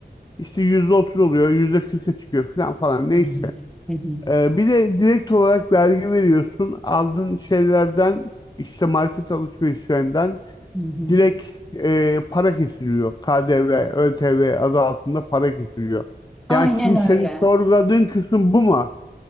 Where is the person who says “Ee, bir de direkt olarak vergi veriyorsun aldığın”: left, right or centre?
Left